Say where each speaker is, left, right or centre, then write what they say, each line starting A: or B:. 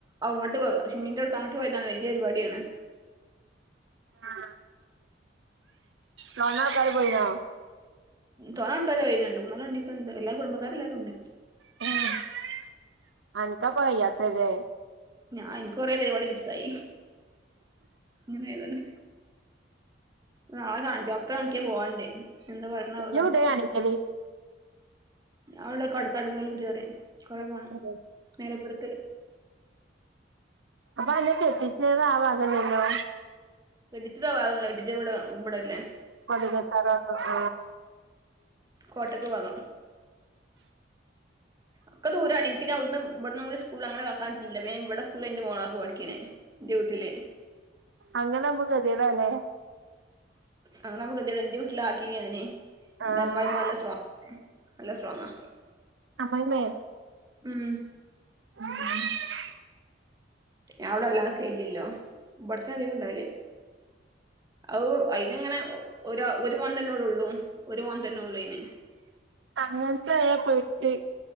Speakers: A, on the right; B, on the right.
A: അങ്ങോട്ട് പോവാ ഷിംനിന്റെവടയ്ക്ക് അങ്ങട്ട് പോയതാണ്. വല്യ പരിപാട്യാണ്.
B: ആഹ് തോന ആൾക്കാര് പോയിനോ?
A: തോനേ ആൾക്കാര് വരുന്നുണ്ട്. മൂന്നാല് വണ്ടിയൊക്കെണ്ട്. എല്ലാ കുടബക്കാര് എല്ലാവരുണ്ട്.
B: <unintelligible> അൻക്കപ്പോ വയ്യാ തല്ലേ
A: ഞാൻ എനിക്ക് കൊറേ പരിപാടി മിസ്സ്‌ ആയി ഇങ്ങനെതാണ്ട് നാളെ കാണിക്ക ഡോക്ടറെ കാണിക്കാൻ പോവാണ്ടേ എന്താ പറയണ
B: ഇജ്ജ്
A: അവ കാണിച്ചിട്ട്
B: എവിടെ കാണിക്കല്
A: അവിടെ കടുങ്ങല്ലൂര് വരെ കൊറെ പോ
B: അതെ
A: നേരെ പിറക്കല്
B: അപ്പൊ അന്ന കെട്ടിച്ചത് ആ ഭാഗണല്ലോ
A: കെട്ടിച്ചതാ വാകല്ലേ കെട്ടിച്ചടെ ഇവിടെല്ലേ
B: പതിക സാറാന്നത്
A: കൊട്ടകു ഭാഗം
B: <unintelligible>
A: ഒക്ക ദൂരാണ് എനിക്ക് ന്റെ അവ്ട്ന്നും ഇബ്ട്ന്നും കുടി സ്കൂൾ അങ്ങന കാക്കാൻ പറ്റ്ല്ല ബേം ഇബട സ്കൂൾല ന്റെ മോളാക്ക് പഠിക്കണേ. ഡ്യൂട്ടിയില്
B: അങ്ങനാമ്പം ഗതിടാല്ലേ
A: <unintelligible> എന്റെ വീട്ടിലാക്കീനി ഞാന് എന്റെ
B: ആഹ്
A: അമ്മായിമ്മ എല്ല സ്ട്രോ നല്ല സ്ട്രോങ്ങാ
B: അമ്മായി അമ്മേ
A: ഉം
B: <unintelligible>
A: ഞാവിടല്ലാക്കെ ഇല്ല്യല്ലോ ഇബടത്താധികം ണ്ടാവല് ഔ അയിന്ങ്ങനെ ഒ ഒരാ ഒരു മോൻ തന്നെയോടുള്ളൂ ഒരു മോൻതന്നെ ഉള്ളുയ്ന്
B: അങ്ങനത്തെയാ പെട്ട്